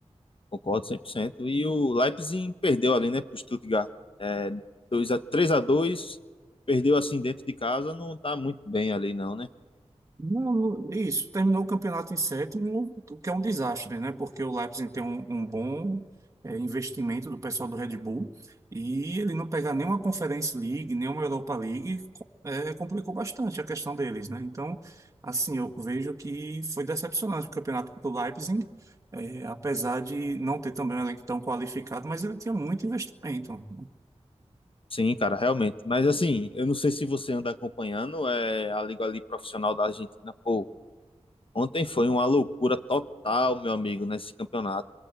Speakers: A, on the left; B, on the right.
A: Concordo 100%. E o Leipzig perdeu ali, né, pro Stuttgart. É, 2 a 3 a 2, perdeu assim dentro de casa, não tá muito bem ali não, né?
B: Não, não- isso, terminou o campeonato em sétimo, o que é um desastre, né? Porque o Leipzig tem um, um bom eh, investimento do pessoal do Red Bull e ele não pegar nenhuma Conference League, nenhuma Europa League, co- eh, complicou bastante a questão deles, né? Então, assim, eu vejo que foi decepcionante o campeonato do Leipzig, eh, apesar de não ter também um elenco tão qualificado, mas ele tinha muito investimento.
A: Sim, cara, realmente. Mas assim, eu não sei se você anda acompanhando é, a Liga ali profissional da Argentina. Pô, ontem foi uma loucura total, meu amigo, nesse campeonato.